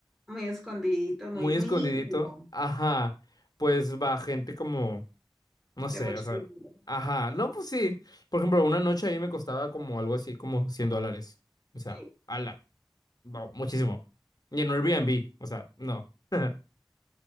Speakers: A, on the right (about 15°); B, on the left (about 45°).
A: muy escondidito,
B: muy
A: muy, muy
B: escondidito,
A: íntimo,
B: ajá, pues va gente como, no
A: de
B: sé,
A: mucho
B: o sea,
A: dinero.
B: ajá, no, pues sí, por ejemplo, una noche ahí me costaba como algo así como 100 dólares, o sea,
A: Eh,
B: ala, no, muchísimo, y en un Airbnb, o sea, no, <laughs>